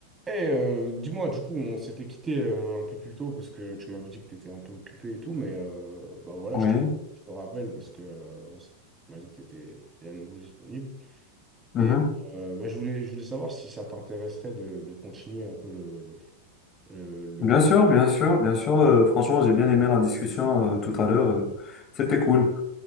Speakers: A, on the right; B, on the left.
A: Eh, euh, dis-moi, du coup, on s'était quitté euh, un peu plus tôt parce que tu m'avais dit que tu étais un peu occupé et tout, mais euh, bah voilà,
B: Oui,
A: je te, je te rappelle parce que euh, on s- tu m'as dit que tu étais, à nouveau disponible.
B: mhm.
A: Et euh, bah, je voulais, je voulais savoir si ça t'intéresserait de, de continuer un peu le, le, le-
B: Bien sûr, bien sûr, bien sûr. Euh, franchement, j'ai bien aimé la discussion euh, tout à l'heure. Euh, c'était cool.